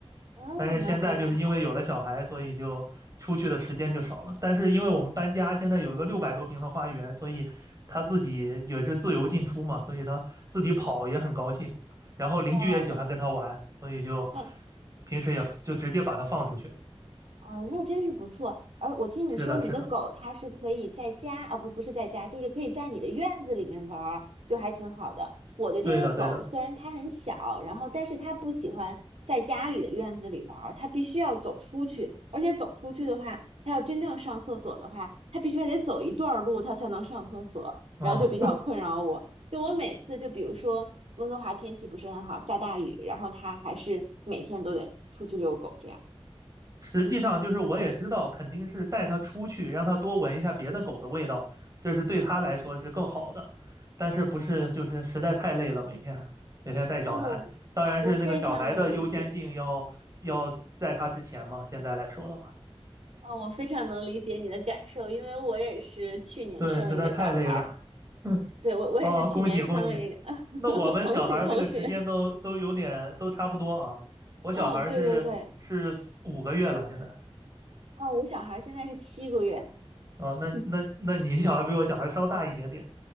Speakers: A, on the right; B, on the right.
A: 哦，
B: 但是现在就是因为有了小孩，
A: 蛮好蛮好，
B: 所以就出去的时间就少了。但是因为我们搬家，现在有一个六百多平的花园，所以他自己也是自由进出嘛，所以他自己跑也很高兴。然后邻居也喜欢跟他玩，
A: 哇。
B: 所以就
A: 那
B: 平时也就直接把他放出去了
A: 哦，那真是不错。而我听你说，
B: 是的，
A: 你的狗它是可以在家啊，
B: 是的，
A: 不，不是在家，就是可以在你的院子里面玩儿，就还挺好的。我的这个狗虽然它很小，
B: 对的，对的。
A: 然后但是它不喜欢在家里的院子里玩儿，它必须要走出去。而且走出去的话，它要真正上厕所的话，它必须还得走一段儿路，它才能上厕所，
B: 哦，
A: 然后就比较困扰我。就我每次，就比如说温哥华天气不是很好，下大雨，然后它还是每天都得出去遛狗这样。
B: 实际上就是我也知道，肯定是带它出去，让它多闻一下别的狗的味道，这是对它来说是更好的。但是不是就是实在太累了，每天每天带小孩，
A: 那我我非常能理解，
B: 当然是那个小孩的优先性要要在他之前嘛。现在来说的话，
A: 啊、我非常能理解你的感受，因为我也是去年生了一个小孩儿，
B: 对，实在太累了。嗯，
A: 对，我我也是去年生了一个，
B: 哦，恭喜恭喜！
A: <laughs>
B: 那我们小孩儿那个时间都都有点都差不多啊。
A: 同喜同喜，
B: 我小孩儿是是四五个月了，
A: 嗯，对对对，
B: 现在
A: 啊、我小孩儿现在是七个月，
B: 啊，那那那你小孩比我小孩稍大一点点。
A: <laughs>